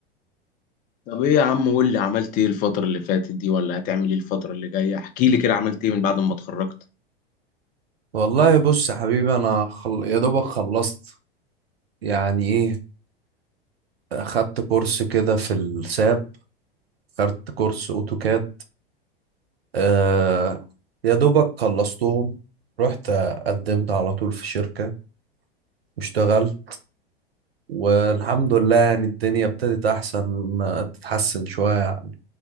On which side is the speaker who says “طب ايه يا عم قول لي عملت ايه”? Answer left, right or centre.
Left